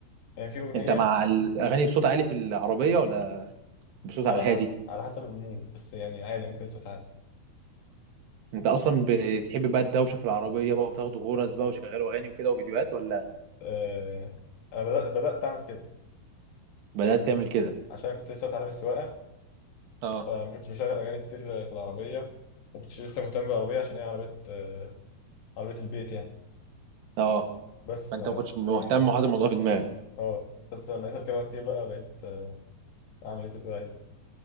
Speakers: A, on the left; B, on the right.
A: يعني في اغنيه
B: انت مع الاغاني بصوت عالي في العربيه ولا بصوت
A: على
B: على الهادي
A: حسب على حسب المود بس يعني عادي ممكن صوت عادي
B: انت اصلا بتحب بقى الدوشه في العربيه بقى وتاخدوا غرز بقى وشغلوا اغاني وكده وفيديوهات ولا
A: أه... انا بدأت بدأت اعمل كده
B: بدات
A: يعني كنت
B: تعمل كده
A: عشان كنت لسه بتعلم السواقه
B: اه
A: فما كنتش بشغل اغاني كتير في العربيه ما كنتش لسه مهتم بالعربيه عشان هي عربيه آه، عربية البيت يعني
B: اه
A: بس
B: فانت
A: ف
B: ما كنتش مهتم وحاطط الموضوع في دماغك
A: اه بس لما لقيت اركبها كتير بقى بقيت آه، اعمل ايه تقول عليه ده